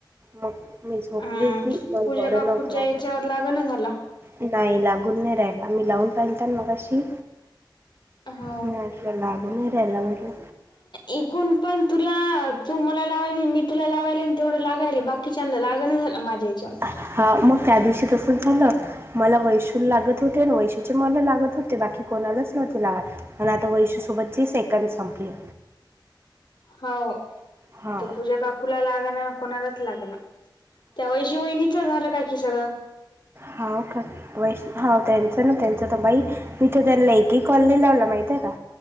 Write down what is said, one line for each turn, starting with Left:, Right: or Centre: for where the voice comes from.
Right: मग, मी झोपली
Left: अ
Right: होती. मल
Left: पूजा
Right: बरं
Left: काकूच्या
Right: नव्हतं वाटत.
Left: याच्यावर लागना झाला.
Right: नाही, लागून नाही राहिला, मी लावून पाहिलतं न मघाशी.
Left: हो.
Right: मी म्हटलं, लागून नाही राहिला म्हटलं.
Left: एकून पण तुला, तू मला लावायली मी तुला लावायले. तेवढं लागायलं. बाकी बाकीच्यांना लागणं झालं, माझ्या हेच्यावून.
Right: हा. मग त्या दिवशी तसंच झालं. मला वैशुला लागत होते, आणि वैशूचे मला लागत होते. बाकी कोणालाच नव्हते लागत. आणि आता, वैशु सोबतची सेकंद संपले.
Left: हाव.
Right: हा
Left: ती पूजा काकूला लाग ना, कुणालाच लाग ना. त्या वैशू वहिनीचं झालं काय की सगळं?
Right: हाऊ का! वैशु हा. त्यांचं ना त्यांचं तर बाई, मी तर त्यांना एकही कॉल नाही लावला. माहित आहे का?